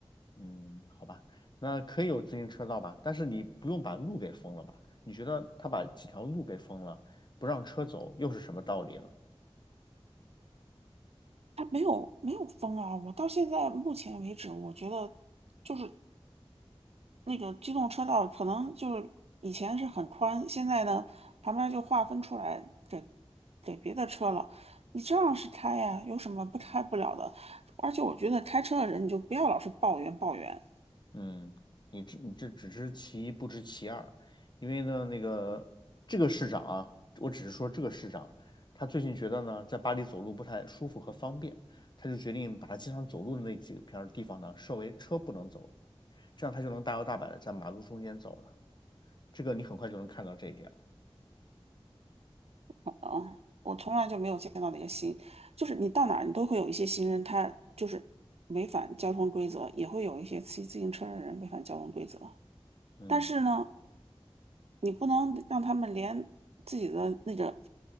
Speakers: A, on the left; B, on the right.
A: 嗯，好吧，那可以有自行车道吧，但是你不用把路给封了吧？你觉得他把几条路给封了，不让车走，又是什么道理呢？
B: 他没有没有风啊！我到现在目前为止，我觉得。就是。那个机动车道可能就是以前是很宽，现在呢旁边就划分出来给给别的车了。你照样是开呀，有什么不开不了的？而且我觉得开车的人你就不要老是抱怨抱怨。
A: 嗯，你这你这只知其一不知其二，因为呢，那个这个市长啊，我只是说这个市长，他最近觉得呢，在巴黎走路不太舒服和方便，他就决定把他经常走路的那几片儿地方呢，设为车不能走，这样他就能大摇大摆的在马路中间走了。这个你很快就能看到这一点了。
B: 嗯，我从来就没有见到那个新，就是你到哪儿你都会有一些行人，他就是违反交通规则，也会有一些骑自行车的人违反交通规则。
A: 嗯，
B: 但是呢，你不能让他们连自己的那个